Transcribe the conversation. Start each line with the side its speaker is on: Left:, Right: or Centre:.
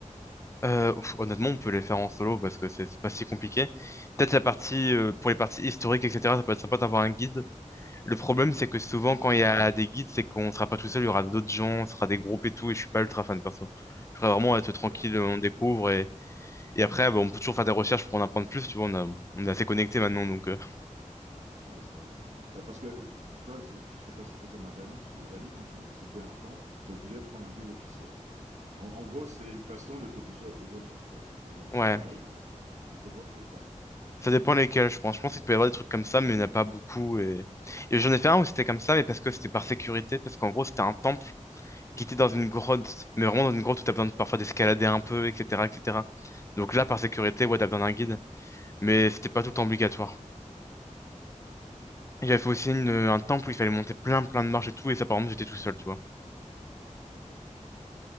Left: Euh, pff, honnêtement, on peut les faire en solo parce que c'est c'est pas si compliqué. Peut-être la partie euh, pour les parties historiques, etc. Ça peut être sympa d'avoir un guide. Le problème,
Right: Ouais,
Left: c'est
Right: pour
Left: que souvent,
Right: comprendre.
Left: quand il y a des guides, c'est qu'on sera pas tout seul, il y aura d'autres gens, ce sera des groupes et tout. Et je suis pas ultra fan perso. Je voudrais vraiment être tranquille,
Right: C'est vrai?
Left: euh, on découvre et, et après, bah, on peut toujours faire des recherches pour en apprendre plus. Tu vois, on a- on est assez connectés maintenant, donc euh,
Right: Ouais, c'est vrai. Euh, parce que, tu vois, c'est- je sais pas si c'est comme à Bali, parce que les Bali, quand tu veux visiter un temple, tu es obligé de prendre un guide officiel. En, en gros, c'est une façon de t'obliger à payer à chaque fois, quoi. Et c'est
Left: ouais.
Right: pareil en, en Cobalt ou pas?
Left: Ça dépend lesquels, je pense. Je pense qu'il peut y avoir des trucs comme ça, mais il n'y en a pas beaucoup. Et, et j'en ai fait un où c'était comme ça, mais parce que c'était par sécurité, parce qu'en gros, c'était un temple qui était dans une grotte, mais vraiment dans une grotte où t'as besoin de, parfois d'escalader un peu, etc., etc. Donc là, par
Right: Voilà,
Left: sécurité, ouais, t'as besoin d'un guide, mais c'était pas tout le temps obligatoire. Et J'avais fait aussi une- un temple où il fallait monter plein, plein de marches et tout, et ça, par exemple, j'étais tout seul, tu vois.
Right: d'accord.